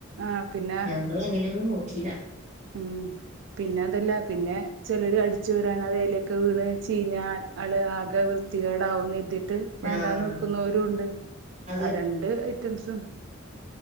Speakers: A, on the right; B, on the right.
A: ആഹ് പിന്നെ
B: ഞങ്ങളങ്ങനൊന്നും നോക്കില
A: ഉം പിന്നെ അതല്ല പിന്നെ ചെലോര് അടിച്ചേരാന് <unintelligible> എലോക്കെ വീണ് ചീഞ്ഞാ ള് ആകെ വൃ തികേടാവുന്നര്തിട്ട് വേണ്ടാന്ന്
B: ആഹ്
A: വെക്കുന്നവരുണ്ട്
B: അത്
A: ആ രണ്ട് ഐറ്റംസും